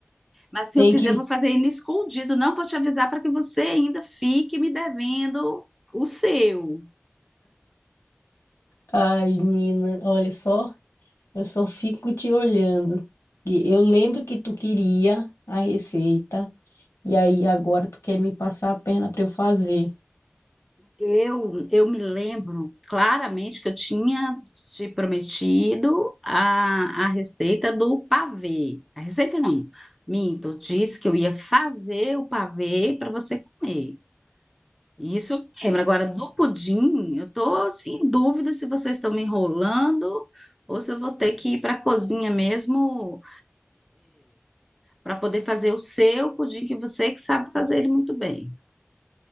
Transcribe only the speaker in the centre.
Mas se
eu fizer,
vou fazer ele escondido, não para te avisar para que você ainda fique me devendo o seu.
Eu, eu me lembro claramente que eu tinha te prometido a, a receita do pavê. A receita não, minto, eu disse que eu ia fazer o pavê para você comer. E Isso eu lembro. Agora, do pudim, eu tô assim, em dúvida se vocês estão me enrolando ou se eu vou ter que ir para a cozinha mesmo para poder fazer o seu pudim, que você que sabe fazer ele muito bem.